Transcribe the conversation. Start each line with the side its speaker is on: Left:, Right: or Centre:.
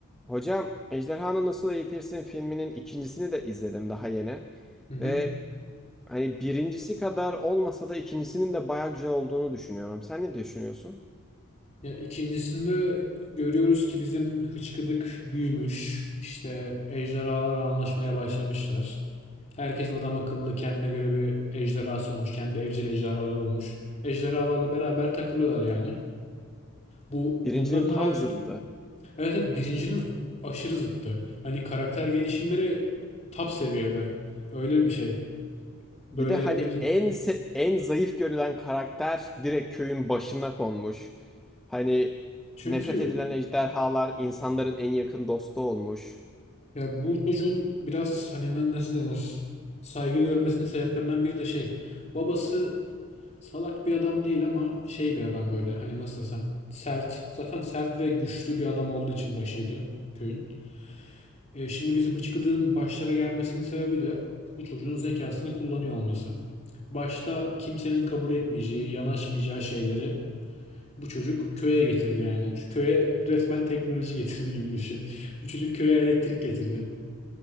Centre: Hocam Ejderhanı Nasıl Eğitirsin filminin ikincisini de izledim daha yeni.
Left: Hı hı.
Centre: Ve hani birincisi kadar olmasa da ikincisinin de bayağı güzel olduğunu düşünüyorum. Sen ne düşünüyorsun?
Left: Ya ikincisinde görüyoruz ki bizim hıçkıdık büyümüş. İşte ejderhalarla anlaşmaya başlamışlar. Herkesin adam akıllı kendine göre bir ejderhası olmuş. Kendi evcil ejderhaları olmuş. Ejderhalarla beraber takılıyorlar yani. Bu
Centre: Birincinin
Left: bunların
Centre: tam
Left: haricinde
Centre: zıttı.
Left: evet, evet birincinin aşırı zıttı. Hani karakter gelişimleri top seviyede. Öyle bir şey. Böyle
Centre: Bir de hani
Left: ne bileyim.
Centre: en se- en zayıf görülen karakter direkt köyün başına konmuş. Hani
Left: Çünkü
Centre: nefret edilen ejderhalar insanların en yakın dostu olmuş.
Left: Ya bu çocuğun biraz hani na- nasıl denir? Saygı görmesinin sebeplerinden biri de şey. Babası salak bir adam değil ama şey bir adam böyle hani nasıl desem sert. Zaten sert ve güçlü bir adam olduğu için başıydı köyün. E, şimdi bizim hıçkıdığın başlara gelmesinin sebebi de bu çocuğun zekasını kullanıyor olması. Başta kimsenin kabul etmeyeceği, yanaşmayacağı şeyleri bu çocuk köye getirdi yani. Şu köye resmen teknoloji getirdi gibi düşün. <laughs> Bu çocuk köye elektrik getirdi.